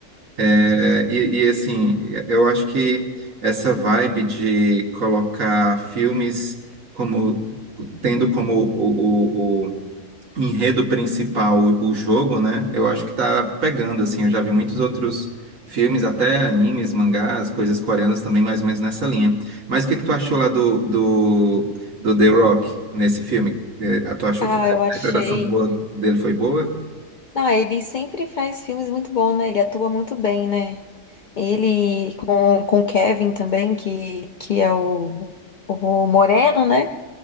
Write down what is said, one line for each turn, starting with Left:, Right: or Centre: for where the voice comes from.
Right: É, e, e, assim, eu acho que essa vibe de colocar filmes como tendo como o, o- o enredo principal o, o jogo, né? Eu acho que tá pegando, assim. Eu já vi muitos outros filmes, até animes, mangás, coisas coreanas também, mais ou menos nessa linha. Mas o que que tu achou lá do, do, do The Rock nesse filme? Eh, Tu achou
Left: ah,
Right: que a
Left: eu achei.
Right: interpretação boa dele foi boa?
Left: Ah, ele sempre faz filmes muito bons, né? Ele atua muito bem, né? Ele com, com o Kevin também, que, que é o, o Moreno, né?